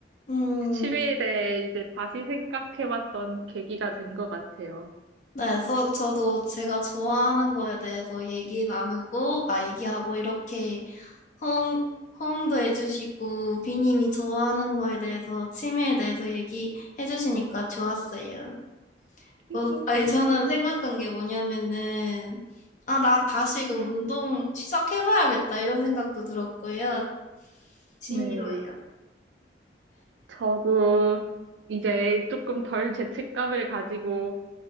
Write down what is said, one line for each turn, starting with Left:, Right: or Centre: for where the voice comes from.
Left: 음,
Right: 그 취미에 대해 이제 다시 생각해봤던 계기가 된 것 같아요.
Left: 네, 저, 저도 제가 좋아하는 거에 대해서 얘기 나누고, 아, 얘기하고 이렇게 호응, 호응도 해주시고, 비님이 좋아하는 거에 대해서, 취미에 대해서 얘기해 주시니까 좋았어요.
Right: <laughs>
Left: 어, 아니, 저는 생각한 게 뭐냐면은, 아, 나 다시금 운동 시작해봐야겠다, 이런 생각도 들었고요. 취미로요.
Right: 네, 저도 이제 조금 덜 죄책감을 가지고